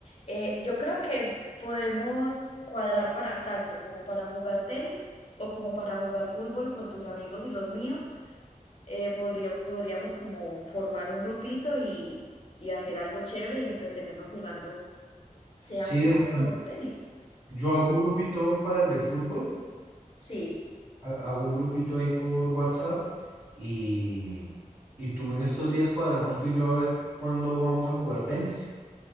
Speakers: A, on the left; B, on the right.
A: Eh, yo creo que podemos cuadrar para tanto como para jugar tenis o como para jugar fútbol con tus amigos y los míos. eh, podría, podríamos como formar un grupito y, y hacer algo chévere y entretenernos jugando, sea
B: sí,
A: fútbol
B: de una.
A: o tenis.
B: yo hago un grupito para el de fútbol
A: Sí,
B: ha- hago un grupito ahí por WhatsApp y, y tú en estos días cuadramos tú y yo a ver cuándo vamos a jugar tenis.